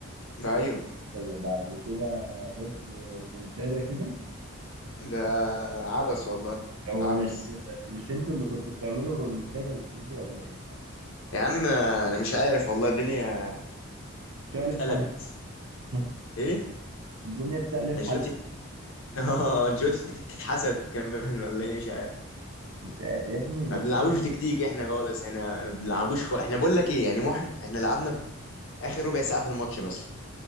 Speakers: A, on the left; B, on the right.
A: ايوه
B: بس بعد كده هوب ريمونتادا كده
A: ده عبس والله
B: هو
A: عبس
B: مش مش انتوا اللي كنتوا بتعملوا ريمونتادا يا زميلي ولا ايه
A: يا عم انا مش عارف والله الدنيا
B: شقلب
A: اتقلبت
B: حالها <laughs>
A: ايه
B: الدنيا اتشقلب
A: انشيلوتي
B: حالها
A: <laughs> اه انشيلوتي اتحسد كمان ولا ايه مش عارف
B: مش يا ابني المشكلة
A: ما بنلعبوش تكتيك احنا خالص احنا ما بنلعبوش خالص احنا بقول لك ايه يعني مو احنا احنا لعبنا ب- اخر ربع ساعة في الماتش مثلا